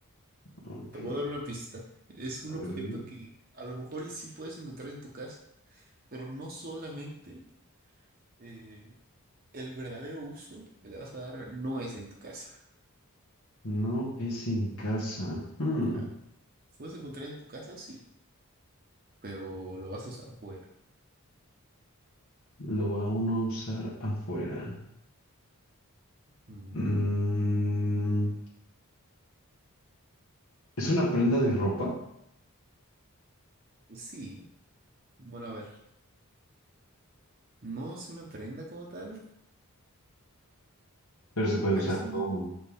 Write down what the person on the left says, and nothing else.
Ok,
a
ver.
No es en casa. Hmm,
Lo va uno a usar afuera.
Mm, es una prenda de ropa,
pero se puede
usar
como.